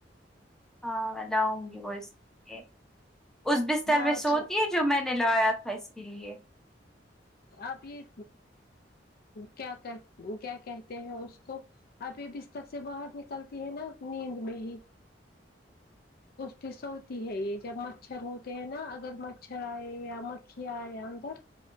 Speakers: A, in the centre; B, on the left (about 55°).
A: ہاں <unintelligible> اس بستر
B: ہاں
A: میں سوتی
B: تو
A: ہے جو میں نے لایا تھا اس کے لیے
B: اب یہ کیا کہ کیا کہتے ہیں اس کو اب یہ بستر سے باہر نکلتی ہے نا نیند میں ہی اس کی سوتی ہے یہ جب مچھر ہوتے ہیں نا اگر مچھر آئے یا مکیا آئے اندر